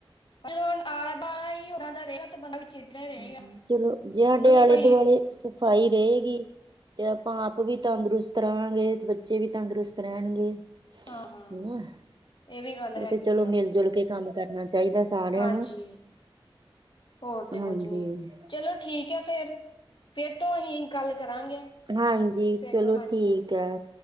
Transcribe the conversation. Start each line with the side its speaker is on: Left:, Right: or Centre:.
Left: ਪਰ ਜਦੋਂ ਹੁਣ ਆਲਾ ਦੁਲਾ ਹੀਾਂ ਦਾ ਰ ਤੇ ਬੰਦਾ ਚਿੜਚਿੜਾ ਰਹੇਗਾ
Right: ਹਮ ਚਲੋ ਜੇ ਸਾਡੇ
Left: ਉਹਨੂੰ ਵੀ
Right: ਆਲੇ
Left: ਕੋਈ
Right: ਦੁਆਲੇ ਸਫ਼ਾਈ ਰਹੇਗੀ। ਤੇ ਆਪਾਂ ਆਪ ਵੀ ਤੰਦਰੁਸਤ ਰਹਾਂਗੇ ਤੇ ਬੱਚੇ ਵੀ ਤੰਦਰੁਸਤ ਰਹਿਣਗੇ।
Left: ਹਾਂ ਹਾਂ
Right: ਹਨ
Left: ਵੀ ਗੱਲ ਹੈਗੀ
Right: ਇਹ ਤੇ ਚਲੋ
Left: ਆ
Right: ਮਿਲ ਜੁਲ ਕੇ ਕੰਮ ਕਰਨਾ ਚਾਹੀਦਾ ਸਾਰਿਆਂ
Left: ਹਾਂਜੀ
Right: ਨੂੰ।
Left: ਹੋਰ।
Right: ਹਾਂਜੀ,
Left: ਕੁੱਝ ਨੀ ਚਲੋ ਠੀਕ ਹੈ ਫੇਰ ਫੇਰ ਤੋਂ ਅਸੀਂ ਗੱਲ ਕਰਾਂਗੇ
Right: ਹਾਂਜੀ
Left: ਫੇਰ
Right: ਚਲੋ
Left: ਤੋਂ ਹਾਂਜੀ
Right: ਠੀਕ
Left: ਹਾਂਜੀ।
Right: ਐ,